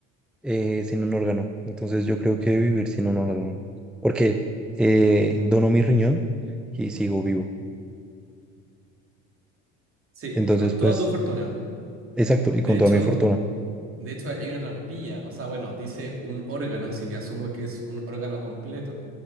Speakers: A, in the centre; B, on the right.
A: eh, sin un órgano. Entonces, yo creo que vivir sin un órgano. Porque eh, dono mi riñón y sigo vivo.
B: sí,
A: Entonces,
B: y con
A: pues,
B: toda tu fortuna.
A: exacto,
B: De
A: y con
B: hecho,
A: toda mi fortuna.
B: de hecho hay una trampilla, o sea, bueno, dice un órgano, así que asumo que es un órgano completo.